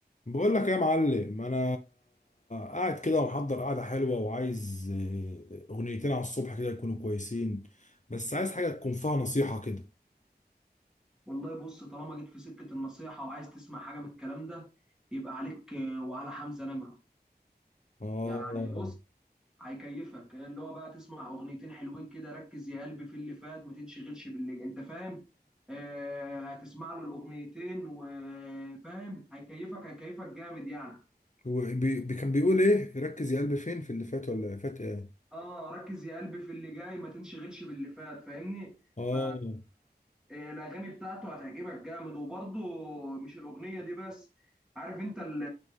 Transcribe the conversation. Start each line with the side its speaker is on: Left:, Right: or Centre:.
Left: بقول لك يا معلم انا قاعد كده ومحضر قعده حلوه وعايز آه، اغنيتين على الصبح كده يكونوا كويسين بس عايز حاجه تكون فيها نصيحه كده
Centre: والله بص طالما جيت في سكة النصيحة وعايز تسمع حاجة من الكلام ده يبقى عليك آه، وعلى حمزة نمرة
Left: اه
Centre: يعني بص هيكيفك آه، اللي هو بقى تسمع أغنيتين حلوين كده ركز يا قلبي في اللي فات ما تنشغلش باللي أنت فاهم آه هتسمع له الأغنيتين وفاهم هيكيفك هيكيفك جامد يعني
Left: هو بي بي- كان بيقول ايه ركز يا قلبي فين في اللي فات ولا فات ايه
Centre: اه ركز يا قلبي في اللي جاي ما تنشغلش باللي فات فاهمني
Left: اه
Centre: ف إيه، الاغاني بتاعته هتعجبك جامد وبرضه مش الاغنيه دي بس عارف انت ال-